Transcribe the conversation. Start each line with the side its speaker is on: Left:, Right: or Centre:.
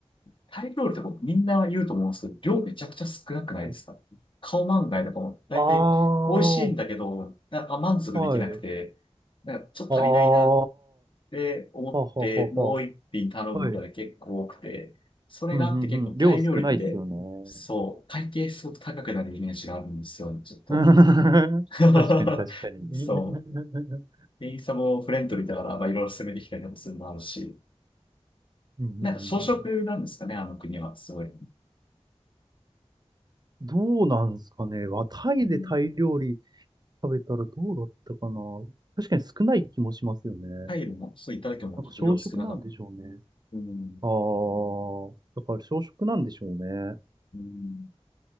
Left: タイ料理ってこうみんな言うと思うんですけど、量めちゃくちゃ少なくないですか顔満画とかも大体美味しいんだけど、
Right: はい。ああ、は
Left: なんか満足できなくて、
Right: い。
Left: なんかちょっと足りないなっ
Right: ああ、
Left: て思って、
Right: はははは。
Left: もう一品頼むみたいな結構多くて、
Right: はい。
Left: それがあって結構タイ料理って、
Right: うんうんうん。量少ないですよね。うん
Left: そう、会計すごく高くなるイメージがあるんですよね、ちょっと。
Right: <laughs>
Left: <laughs>
Right: 確かに、確かに。
Left: そう。
Right: うんうん
Left: 店員さんもフレンドリーだから、まあいろいろ攻めてきたりもするのもあるし、
Right: うんうん
Left: なんか小食なんですかね、あの国は、すごい。
Right: どうなんですかね。わタイでタイ料理
Left: うん
Right: 食べたらどうだったかな。確かに少ない気もしますよね。な
Left: タイルも、そういっただけもちょっと量少なかった。
Right: んか小食なんでしょうね。
Left: うん。
Right: ああ、だから小食なんでしょうね。
Left: うん。